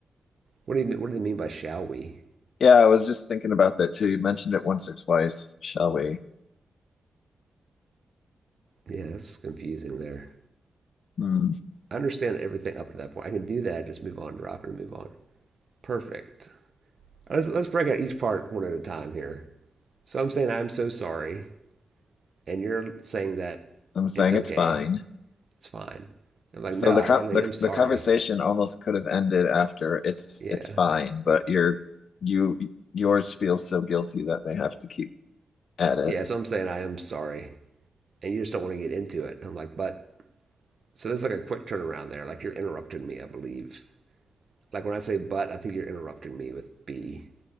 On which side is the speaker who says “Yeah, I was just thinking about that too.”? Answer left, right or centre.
Left